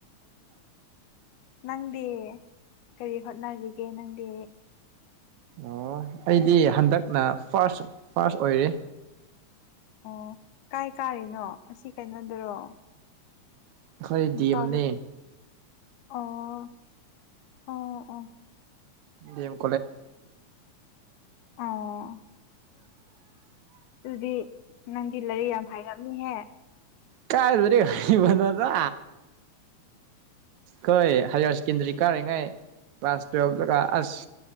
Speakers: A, on the left (about 80°); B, on the right (about 75°).
A: ꯅꯪꯗꯤ ꯀꯔꯤ ꯍꯣꯠꯅꯔꯤꯒꯦ ꯅꯪꯗꯤ
B: ꯑꯣ ꯑꯩꯗꯤ ꯍꯟꯗꯛꯅ ꯐꯥꯔꯁ ꯐꯥꯔꯁ ꯑꯣꯏꯔꯦ
A: ꯑꯣ ꯀꯥꯏ ꯀꯥꯔꯤꯅꯣ ꯑꯁꯤ ꯀꯩꯅꯣꯗꯨꯔꯣ
B: ꯑꯩꯈꯣꯤ
A: ꯏꯝꯐꯥꯜ
B: ꯗꯤ ꯑꯦꯝꯅꯦ
A: ꯍꯨ ꯑꯣ ꯑꯣ ꯑꯣ
B: ꯗ‌ꯦꯝ
A: ꯑꯣ ꯑꯗꯨꯗꯤ ꯅꯪꯗꯤ ꯂꯔꯤꯛ ꯌꯥꯝ ꯍꯥꯏꯔꯝꯅꯤꯍꯦ
B: ꯀꯥꯏꯕꯗꯤ ꯍꯩꯕꯅꯣꯗ ꯈ‌ꯣꯏ ꯍꯥꯏꯌ꯭ꯔ ꯁꯦꯀꯦꯟꯗꯔꯤ ꯀꯥꯔꯤꯉꯩ ꯀ꯭ꯂꯥꯁ ꯇꯨꯋꯦꯜꯇꯒ ꯑꯁ